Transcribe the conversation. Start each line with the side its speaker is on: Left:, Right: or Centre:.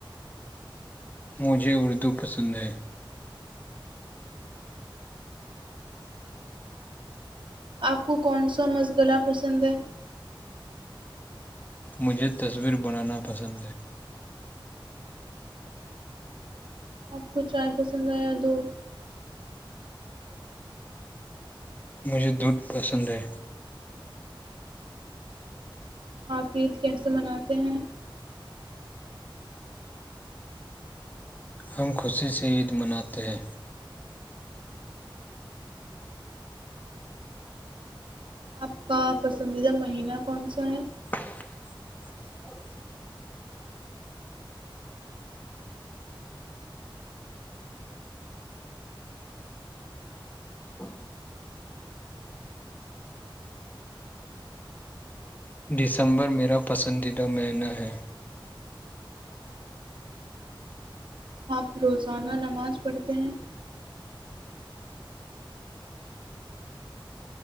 Left: مجھے اردو پسند ہے
Right: آپ کو کون سا مس گلہ پسند ہے
Left: مجھے تصویر بنانا پسند ہے
Right: آپ کو چائے پسند ہے یا دودھ
Left: مجھے دودھ پسند ہے
Right: آپ عید کیسے مناتے ہیں
Left: ہم خوشی سے عید مناتے ہیں
Right: آپ کا پسندیدہ مہینہ کون سا ہے
Left: <inaudible> ہ <inaudible> دسمبر میرا پسندیدہ مہینہ ہے
Right: آپ روزانہ نماز پڑھتے ہیں